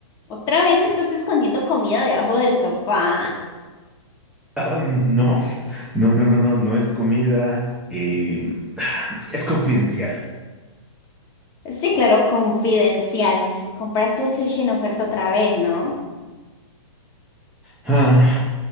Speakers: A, on the left; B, in the centre.
A: ¿Otra vez estás escondiendo comida debajo del sofá?
B: Ah, no, no, no, no, no, no es comida, eh, es confidencial.
A: Sí, claro, confidencial. Compraste sushi en oferta otra vez, ¿no?
B: Ah,